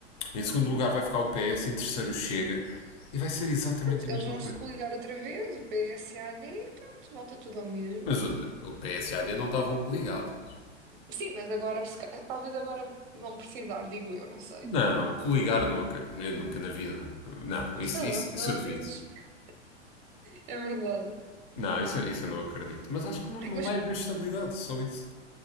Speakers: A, on the left; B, on the right.
A: Em segundo lugar vai ficar o PS, em terceiro o Chega e vai ser exatamente a
B: Eles
A: mesma
B: vão se
A: coisa.
B: coligar outra vez, o PSAD, e pronto, volta tudo ao mesmo.
A: Mas o, o PS e a AD não estavam coligados.
B: Sim, mas agora, se ca- talvez agora vão precisar, digo eu, não sei.
A: Não, coligar nunca, eu nunca na vida. Não, isso,
B: Sei
A: isso,
B: lá,
A: isso
B: eu
A: eu
B: às
A: devido.
B: vezes. <laughs> É verdade.
A: Não, isso, isso eu não acredito. Mas acho que não, não
B: Mas,
A: vai haver estabilidade, só isso.